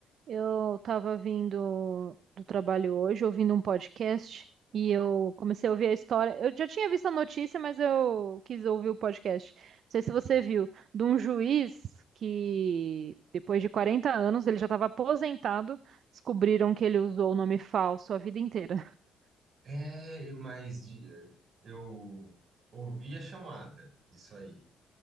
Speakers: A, on the right; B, on the right.
A: Eu estava vindo do trabalho hoje, ouvindo um podcast, e eu comecei a ouvir a história. Eu já tinha visto a notícia, mas eu quis ouvir o podcast. Não sei se você viu, de um juiz que, depois de 40 anos, ele já estava aposentado, descobriram que ele usou o nome falso a vida inteira. <laughs>
B: É, mas de- eu ouvi a chamada disso aí.